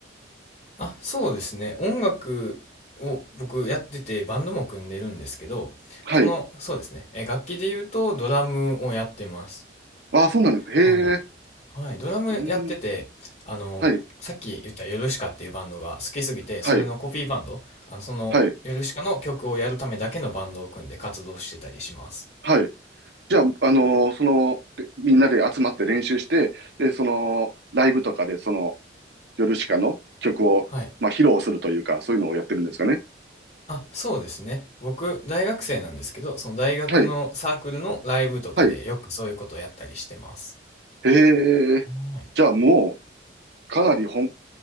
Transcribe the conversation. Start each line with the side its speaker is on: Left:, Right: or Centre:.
Left: あ、そうですね。音楽を僕やっててバンドも組んでるんですけど、
Right: はい。
Left: その、そうですね。え、楽器で言うとドラムをやってます。
Right: ああ、そうなんです。へえ。
Left: はい。はい。ドラムやってて、
Right: うーん。
Left: あの、
Right: はい。
Left: さっき言ったヨルシカっていうバンドが好きすぎて、
Right: はい。
Left: それのコピーバンド、あの、そのヨルシカの曲をやるためだけのバンドを組んで活動してたりします。
Right: はい。はい。じゃあ、あのーその、でみんなで集まって練習して、で、その、ライブとかで、その、ヨルシカの曲を、
Left: はい。
Right: まあ、披露するというか、そういうのをやってるんですかね。
Left: あ、そうですね。僕、大学生なんですけど、その大学のサークルのライブとかでよくそういうことをやったりしてます。
Right: はい。はい。へえ。
Left: はい
Right: じゃあ、もう、かなり本、